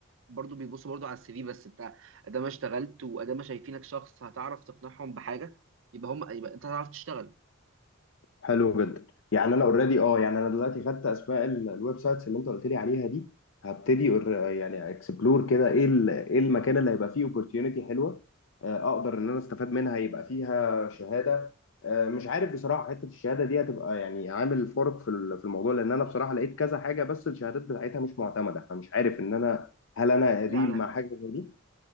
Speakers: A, on the right; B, on the left.
A: برضو بيبصوا برضو على السي في بس أنت أدام اشتغلت وأدام شايفينك شخص هتعرف تقنعهم بحاجة يبقى هم يبقى أنت هتعرف تشتغل
B: حلو جدا يعني انا اوريدي اه يعني انا دلوقتي خدت اسماء ال- الويب سايتس اللي انت قلت لي عليها دي هبتدي أور- يعني اكسبلور كده ايه ال- ايه المكان اللي هيبقى فيه اوبورتيونيتي حلوه آه، اقدر ان انا استفاد منها يبقى فيها شهاده آه، مش عارف بصراحه حته الشهاده دي هتبقى يعني عامل فرق في ال- في الموضوع لان انا بصراحه لقيت كذا حاجه بس الشهادات بتاعتها مش معتمده فمش عارف ان انا هل انا اديل
A: لا انا
B: مع حاجه زي